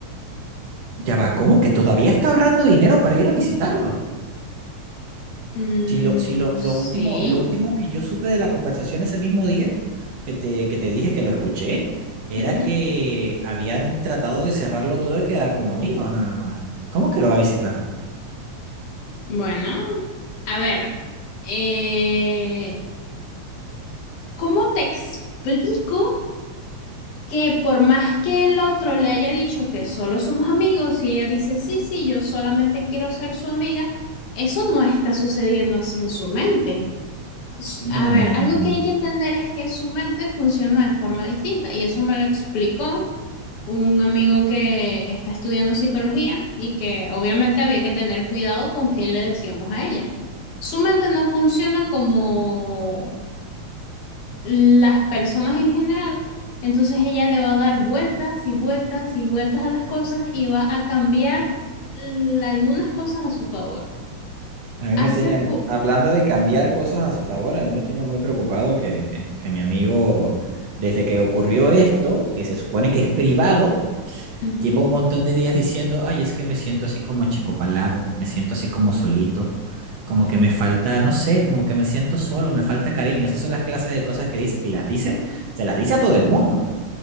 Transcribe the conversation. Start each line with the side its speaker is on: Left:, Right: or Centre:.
Right: Ya va, ¿cómo que todavía está ahorrando dinero para ir a visitarlo?
Left: Mm,
Right: Si lo, si lo, lo
Left: sí.
Right: último, lo último que yo supe de la conversación ese mismo día, que te, que te dije que lo escuché, era
Left: ujú.
Right: que habían tratado de cerrarlo todo y quedar como amigos nada más. ¿Cómo que lo va a visitar?
Left: Bueno, a ver, eh, ¿cómo te explico que por más que el otro le haya dicho que solo somos amigos y ella dice, sí, sí, yo solamente quiero ser su amiga, eso no está sucediendo así en su mente? s-
Right: Mm,
Left: a ver, algo que hay que entender es que su mente funciona de forma distinta y eso me lo explicó un amigo que está estudiando psicología y que obviamente había que tener cuidado con qué le decíamos a ella. Su mente no funciona como las personas en general, entonces ella le va a dar vueltas y vueltas y vueltas a las cosas y va a cambiar l- algunas cosas a su favor.
Right: A mí
Left: Hace
Right: me tiene,
Left: po-
Right: hablando de cambiar cosas a su favor, a mí me tiene muy preocupado que, que mi amigo, desde que ocurrió esto, que se supone que es privado,
Left: Ujú.
Right: lleva un montón de días diciendo, ay, es que me siento así como achicopalado, me siento así como solito como que me falta, no sé, como que me siento solo, me falta cariño. Esas son las clases de cosas que dice y las dice, se las dice a todo el mundo.